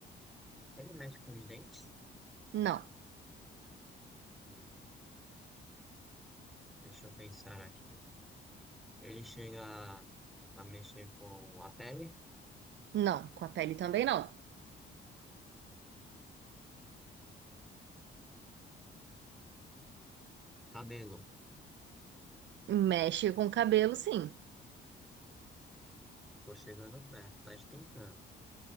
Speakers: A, in the centre; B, on the right.
A: Ele mexe com os dentes?
B: Não,
A: Hum, deixa eu pensar aqui. Ele chega a mexer com a pele?
B: não, com a pele também não.
A: Cabelo.
B: Mexe com o cabelo, sim.
A: Tô chegando perto, tá esquentando.